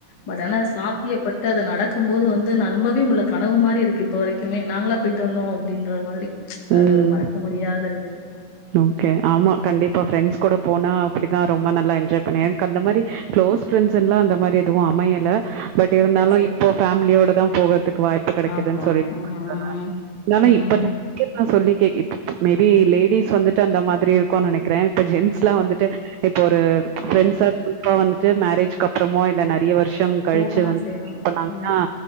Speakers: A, on the left (about 40°); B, on the right (about 85°).
A: பட் ஆனா சாத்தியப்பட்டு அத நடக்கும் போது வந்து நம்பவே முல்ல கனவு மாரி இருக்கு இப்ப வரைக்குமே நாங்ளா போயிட்டு வந்தோ அப்டின்ற மாரி அது
B: ம்
A: ஒரு மறக்க முடியாத நினைவு
B: ஓகே ஆமா கண்டிப்பா ஃப்ரெண்ட்ஸ் கூட போனா அப்டிதா ரொம்ப நல்லா என்ஜாய் பண்ணே என்க்கு அந்த மாரி க்ளோஸ் ஃப்ரெண்ட்ஸுன்லா அந்த மாரி எதுவு அமையல பட் இருந்தாலு
A: பெருசு
B: இப்பொ ஃபேமிலியோட தா போவர்து கு வாய்ப்பு கெடைக்குதுன்
A: ஆமா
B: சொல்லி <inaudible>
A: ம் ம் ம்
B: இப்ப <inaudible> சொல்லி <unintelligible> இப் மேபி லேடி ஸ் வந்துட்டு அந்த மாதிரி இருக்குன் நெனக்கிறே இப்ப ஜென்ஸ்லா வந்துட்டு இப்ப ஒரு ஃப்ரெண்ட்ஸா
A: அவங்க
B: குரூப்பா வந்து ட்டு மேரேஜ்கப்றமோ இல்ல ந றைய வருஷம் கழிச்சு
A: போகதா செய்றாங்க
B: <inaudible> பண்ணாங்கன்னா
A: ம்